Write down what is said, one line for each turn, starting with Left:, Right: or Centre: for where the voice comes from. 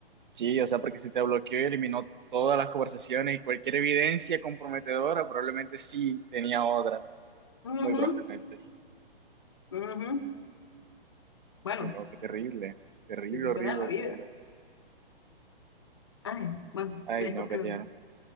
Right: Sí, o sea, porque si te bloqueó y eliminó todas las conversaciones y cualquier evidencia comprometedora, probablemente sí tenía otra,
Left: Ujú,
Right: muy probablemente.
Left: ujú. Bueno,
Right: Ay, no, qué terrible, terrible,
Left: situación
Right: horrible,
Left: de la
Right: horrible.
Left: vida. Ay, bueno,
Right: Ay,
Left: riesgos
Right: no, Katiana.
Left: que